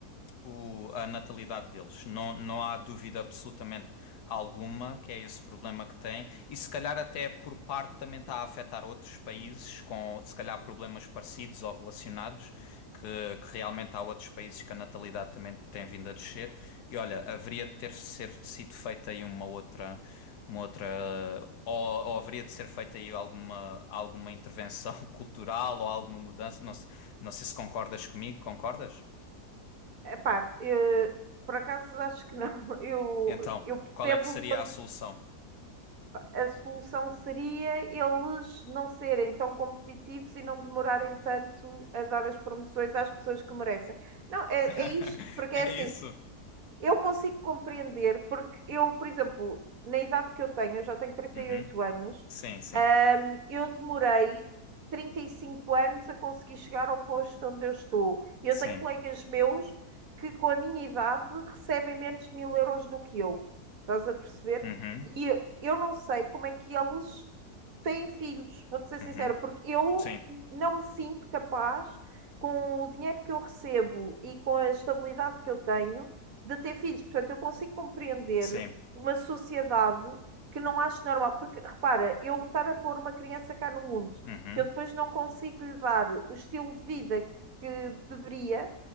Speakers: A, on the left; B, on the right.
A: o- a natalidade deles. Não, não há dúvida absolutamente alguma que é esse problema que tem. E se calhar até por parte também está a afetar outros países com, se calhar, problemas parecidos ou relacionados, que, que realmente há outros países que a natalidade também tem vindo a descer. E olha, haveria de ter ser, sido feita aí uma outra. Uma outra, ou, ou haveria de ser feita aí alguma, alguma intervenção <laughs> cultural ou alguma mudança? Não, se- não sei se concordas comigo, concordas?
B: Epá, eh, por acaso acho que não. <laughs> Eu,
A: Então,
B: eu percebo
A: qual é que seria
B: o ponto.
A: a solução?
B: A solução seria eles não serem tão competitivos e não demorarem tanto a dar as promoções às pessoas que merecem. Não, é,
A: <laughs>
B: é isto, porque
A: É
B: é assim,
A: isso?
B: eu consigo compreender, porque eu, por exemplo, na idade que eu tenho, eu já tenho 38
A: Uhum.
B: anos,
A: Sim, sim.
B: ahm, eu demorei 35 anos a conseguir chegar ao posto onde eu estou. E
A: Sim.
B: eu tenho colegas meus que, com a minha idade, recebem menos mil euros do que eu. Estás a perceber?
A: Uhum.
B: E eu não sei como é que eles têm filhos, vou-te ser
A: Uhum.
B: sincera, porque eu
A: Sim.
B: não me sinto capaz, com o dinheiro que eu recebo e com a estabilidade que eu tenho, de ter filhos. Portanto, eu consigo compreender
A: Sim.
B: uma sociedade que não acho normal. Porque, repara, eu estar a pôr uma criança cá no mundo,
A: Uhum.
B: que eu depois não consigo lhe dar o estilo de vida que deveria,